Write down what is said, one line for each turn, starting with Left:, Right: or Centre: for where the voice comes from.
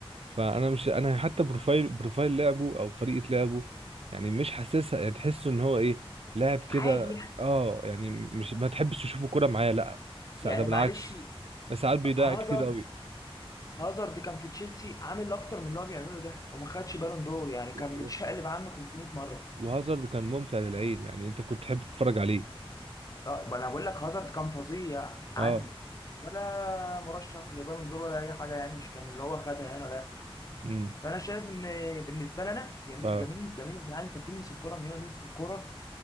Right: فانا مش انا حتى بروفايل بروفايل لعبه او طريقه لعبه يعني مش حاسسها يعني تحسه ان هو ايه لاعب كده
Left: عادي يعني
Right: اه يعني مش ما تحبش تشوفه كوره معاه لا سا-
Left: يعني
Right: ده بالعكس
Left: معلش
Right: ساعات بيضيع
Left: هازارد
Right: كتير
Left: هازارد كان في تشيلسي عامل اكتر من اللي هو بيعمله ده وما خدش بالون دور يعني كان
Right: قوي
Left: متشقلب عنه 500 مره
Right: وهازارد كان ممتع للعين يعني انت كنت تحب تتفرج عليه
Left: طب انا بقول لك هازارد كان فظيع
Right: اه
Left: عنه ولا مرشح لبالون دور ولا اي حاجه يعني مش كان اللي هو خدها يعني ولا
Right: امم
Left: فانا شايف ان بالنسبه لنا يمين
Right: ف
Left: يمين يمين يا جدعان انت بتلمس الكره من هنا بيمسك الكره